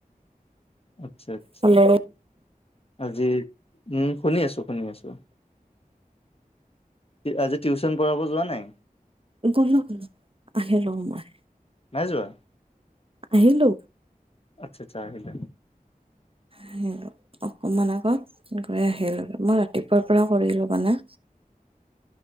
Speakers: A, on the left; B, on the right.
A: আচ্ছা। আচ্ছা।
B: হেল্ল'
A: আজি- উম। শুনি আছোঁ। শুনি আছোঁ। আজি টিউশ্যন পঢ়াব যোৱা নাই?
B: গ'লো। আহিলোংগৈ।
A: নাই যোৱা?
B: আহিলো।
A: আচ্ছা। আচ্ছা। আহিলা।
B: আহিলো। অকমান আগত গৈ আহিলো। মই ৰাতিপুৱাৰ পৰা কৰিলো মানে।